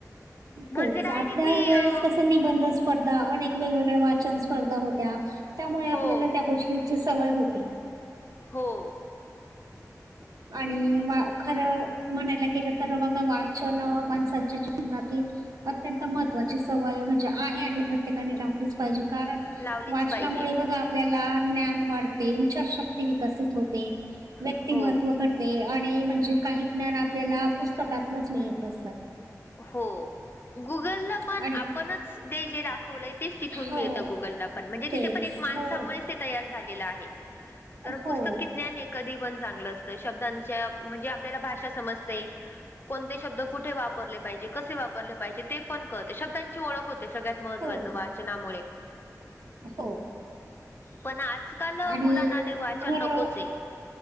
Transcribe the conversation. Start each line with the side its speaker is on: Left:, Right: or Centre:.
Left: म्हणजे
Right: तेच
Left: डायरेक्टली
Right: आपल्या वेळेस
Left: अ
Right: कस निबंध अस. स्पर्धा अनेक वेगवेगळ्या वाचन स्पर्धा होत्या त्यामुळे
Left: हो
Right: आपल्याला त्या गोष्टीची सवय होती.
Left: हो.
Right: आणि. खरं म्हणायला गलं तर बघा वाचन माणसांच्या जीवनातील. अत्यंत महत्त्वाची सवय म्हणजे आहे आणि प्रत्येकाने लावणी. जे कारण
Left: लावलीच
Right: वाचनामुळे
Left: पाहिजे
Right: बघा. आपल्याला ज्ञान वाढते विचारशक्ती विकसित होते व्यक्तिम
Left: हो
Right: ते आणि म्हणजे काही ज्ञान आपल्याला पुस्तकातच मिळत असतात
Left: हो गुगलला पण
Right: आणि
Left: आपणच ते जे वला तेच तिथून
Right: हो
Left: मिळत गुगलला पण म्हणजे
Right: तेच
Left: तिथे पण एक माणसामुळेच
Right: हो
Left: ते तयार झालेलं आहे तर
Right: हो
Left: पुस्तकी ज्ञान हे कधी पण चांगलं असतं शब्दांच्या म्हणजे आपल्याला भाषा समजते कोणते शब्द कुठे वापरले पाहिजे, कसे वापरले पाहिज ते पण कळते शब्दांची ओळख होते सगळ्यात महत्वाचं
Right: हो
Left: वा चनामुळे
Right: हो
Left: पण आ ज काल
Right: आणि
Left: मुलांना ते वाचन
Right: खरं
Left: नकोच आहे.